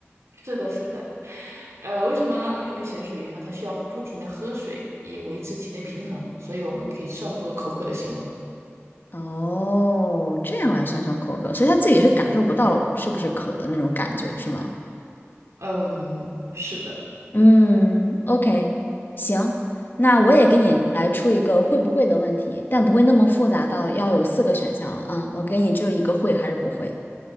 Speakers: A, on the right (about 85°); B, on the left (about 45°).
A: <laughs> 是的，是的，呃，为什么呢？因为咸水鱼呢，它需要不停的喝水以维持体内平衡，所以我们可以算作口渴的行为。
B: 哦，这样来算算口渴，所以他自己是感受不到是不是渴的那种感觉，是吗？
A: 嗯，是的，
B: 嗯，OK，行，那我也给你来出一个会不会的问题，但不会那么复杂到要有四个选项了啊。我给你就一个会还是不会，